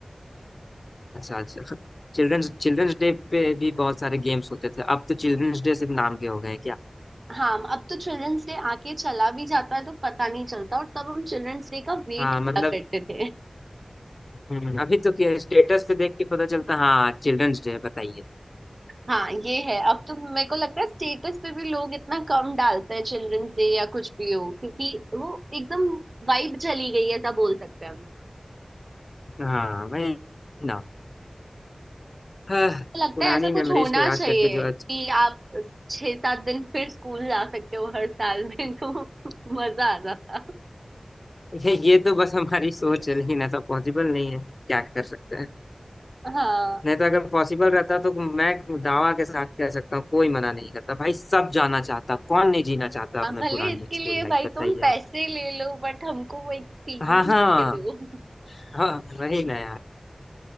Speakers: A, on the left; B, on the right.
A: अच्छा अच्छा चिल्ड्रंस चिल्ड्रंस डे पे भी बहुत सारे गेम्स होते थे अब तो चिल्ड्रंस डे सिर्फ नाम के हो गए हैं क्या
B: हाँ अब तो चिल्ड्रंस डे आके चला भी जाता है तो पता नहीं चलता और तब हम चिल्ड्रंस डे का वेट
A: हाँ
B: किया
A: मतलब
B: करते थे
A: हम्म, अभी तो क्या स्टेटस पे देख के पता चलता हाँ चिल्ड्रंस डे बताइए
B: हाँ ये है अब तो मेरे को लगता है स्टेटस पे भी लोग इतना कम डालते हैं चिल्ड्रंस डे या कुछ भी हो क्योंकि वो एकदम वाइब चली गई है ऐसा बोल सकते हैं हम
A: हाँ वही ना हाँ,
B: तो लगता
A: पुरानी
B: है ऐसा कुछ
A: मेमोरीज
B: होना
A: को याद
B: चाहिए
A: करके जो अच्छा
B: कि आप छह सात दिन फिर स्कूल जा सकते हो हर साल में <laughs> तो मजा आ जाता
A: <laughs> ये ये तो बस हमारी सोच है लेकिन ऐसा पॉसिबल नहीं है क्या कर सकते हैं
B: हाँ
A: नहीं तो अगर पॉसिबल रहता तो मैं दावा के साथ कह सकता हूँ कोई मना नहीं करता भाई सब जाना चाहता कौन नहीं जीना चाहता अपने
B: हाँ, भले
A: पुरानी
B: इसके
A: स्कूल
B: लिए
A: लाइफ
B: भाई
A: बताइए
B: तुम पैसे
A: आप
B: ले लो बट हमको वो एक्सपीरियंस
A: हाँ हाँ
B: दे दो
A: हाँ वही ना यार